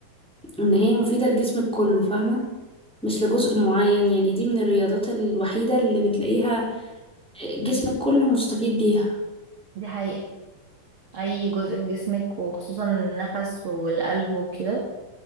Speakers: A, in the centre; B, on the right (about 40°).
A: ان هي مفيدة لجسمك كله فاهمة مش لجزء معين يعني دي من الرياضات الوحيدة اللي بتلاقيها جسمك كله مستفيد بيها
B: دي حقيقة اي جزء في جسمك وخصوصا النفس والقلب وكده